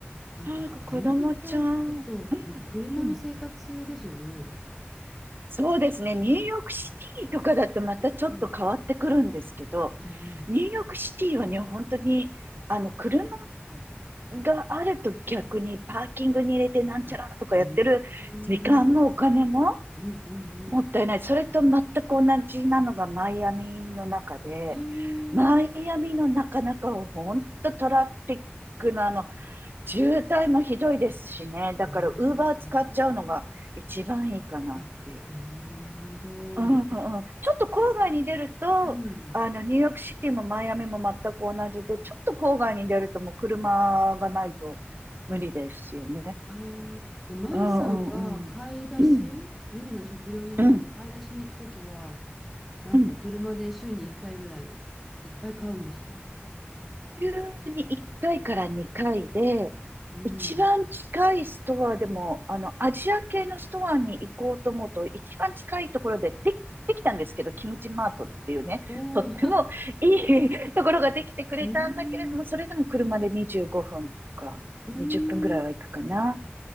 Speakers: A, in the centre; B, on the right.
A: なんか、
B: なんか子供ちゃん。
A: あアメリカだと、なんか車の生活ですよね。
B: うんそうですね。ニューヨークシティとかだとまたちょっと変わってくるんですけど、
A: うん。ええ
B: ニューヨークシティはね、本当に、あの、車があると逆にパーキングに入れてなんちゃらとかやってる時間もお金も
A: あ、うん。うんうんうん。
B: もったいない。それと全く同じなのがマイアミの中で、
A: ええ
B: マイアミのなかなか本当トラフィックのあの、渋滞もひどいですしね。
A: ああ、
B: だから、ウーバー使っちゃうのが一番いいかなっていう。
A: そうなんだ。なるほど。
B: うんうん、ちょっと郊外に出ると、
A: うん。
B: あの、ニューヨークシティもマイアミも全く同じで、ちょっと郊外に出るともう車がないと無理ですよね。
A: ああ、で、舞さんが買い出し、
B: うんうんうん。うん
A: 日々の食料品とかの買い出しに行くときは、
B: うん
A: なんか車で週に1回ぐらいいっぱい買うんですか
B: うん。週に1回かいから2回で、
A: うん。
B: 一番近いストアでも、あの、アジア系のストアに行こうと思うと、一番近いところでで、できたんですけど、キムチマートっていうね、
A: おお、
B: とってもいい
A: <laughs> う
B: <laughs> ところができてくれたんだけれども、
A: ーん、
B: それでも車で25分とか、
A: うん、
B: 20分ぐらいは行くかな。